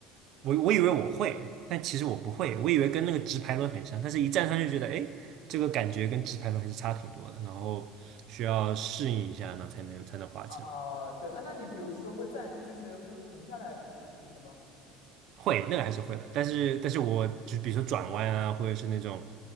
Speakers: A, on the right; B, on the left.
A: 我我以为我会，但其实我不会。我以为跟那个直排轮很像，但是一站上去觉得，哎，这个感觉跟直排轮还是差挺多的。然后需要适应一下呢，然后才能才能滑起来。
B: 啊、对啊，那你比如说会暂，就是会停下来什么的吗？
A: 会，那个还是会的。但是但是我就比如说转弯啊，或者是那种，